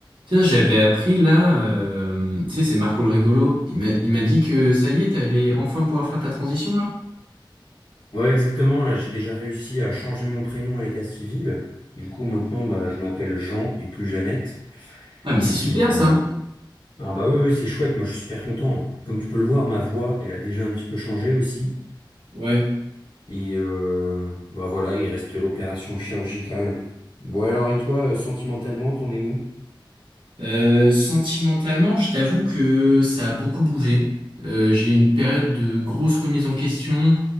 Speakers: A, on the right; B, on the left.
A: Tiens, j'avais appris là, euh, tu sais, c'est Marco le rigolo. Il m'a, il m'a dit que ça y est, t'allais enfin pouvoir faire ta transition là.
B: Ouais, exactement. Là, j'ai déjà réussi à changer mon prénom à l'état civil. Du coup, maintenant, bah, je m'appelle Jean et plus Jeannette.
A: Ah, mais
B: Et
A: c'est
B: puis,
A: super
B: bah,
A: ça.
B: il- ah bah oui, oui, c'est chouette. Moi, je suis super content. Comme tu peux le voir, ma voix, elle a déjà un petit peu changé aussi.
A: Ouais.
B: Et euh, bah voilà, il reste l'opération chirurgicale. Bon, alors, et toi, euh, sentimentalement, t'en es où?
A: Euh, sentimentalement, je t'avoue que ça a beaucoup bougé. Euh, j'ai eu une période de grosse remise en question,